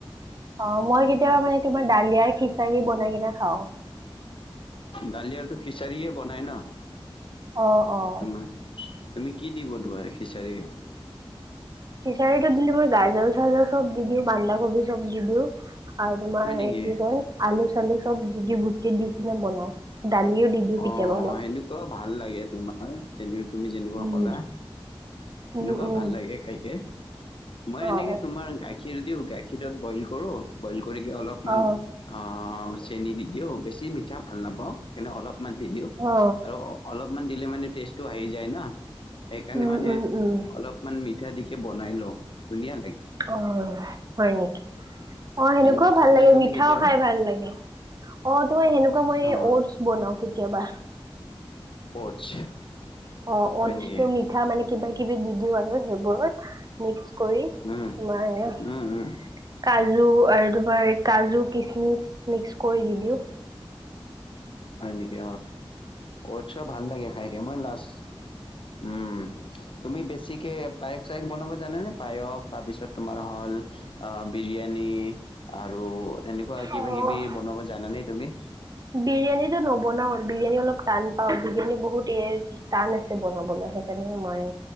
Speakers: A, on the right; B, on the left.
A: অ মই কেতিয়াবা মানে তোমাৰ দালিয়াৰ খিচাৰি বনাই কিনে খাওঁ
B: দালিয়াটো খিচাৰিয়ে বনাই ন
A: অ অ
B: তোমাৰ তুমি কি দি বনোৱা খিচাৰি
A: খিচাৰিটো দিলে মই গাজৰ চাজৰ চব দি দিওঁ বান্ধা কবি চব দি দিওঁ আৰু তোমাৰ
B: হয় নেকি
A: এই কি কয় আলু চালু চব দি দি গুটি দি কিনে বনাওঁ দালি উ দি দিওঁ
B: অ
A: কেতিয়াবা অলপ।
B: সেনেকুৱা ভাল লাগে তোমাৰ তেনে তুমি যেনেকুৱা
A: উম।
B: ক'লা
A: উম
B: এনেকুৱাও
A: উম
B: ভাল লাগে খাইকে মই এনেকে
A: অ অ
B: তোমাৰ গাখীৰ দিওঁ গাখীৰত বইল কৰো বইল কৰি অলপ মান
A: অ
B: অ চেনি দি বেছি মিঠা ভাল নাপাওঁ এনে অলপ দি
A: অ
B: আৰু অলপমান দিলে মানে টেষ্টটো আহি যায় ন সেইকাৰণে
A: উম
B: মানে
A: উম উম।
B: অলপমান মিঠা দিকে বনাই লওঁ ধুনীয়া লাগে
A: অ হয় নেকি অ সেনেকুৱাও
B: এনেকুৱা খোৱা
A: ভাল লাগে
B: নে তুমি
A: মিঠাও
B: কেতিয়াবা
A: খাই ভাল লাগে অ তোমাৰ সেনেকুৱা মই
B: অ
A: অটছ বনাওঁ কেতিয়াবা
B: <inaudible>
A: অ
B: হয়
A: অটছটো
B: নেকি
A: মিঠা মানে কিবা কিবি দিব আৰু সেইবোৰত মিক্স কৰি তোমাৰ
B: উম উম উম
A: কাজু আৰু তোমাৰ কাজু কিচমিচ মিক্স কৰি দি দিও
B: হয় নেকি অ ট চ ভাল লাগে খাইকে মই লাষ্ট উম তুমি বেছিকে পায়স চায়স বনাব জানেনে পায়স তাৰপিছত তোমাৰ হল অ বিৰিয়ানী আৰু এনেকুৱা কিবা
A: অ',
B: কিবি বনাব জানানে তুমি
A: বিৰিয়ানীটো নবনাও বিৰিয়ানী অলপ টান পাও বিৰিয়ানী বহুত এ টান আছে বনাবলৈ হে এনে ময়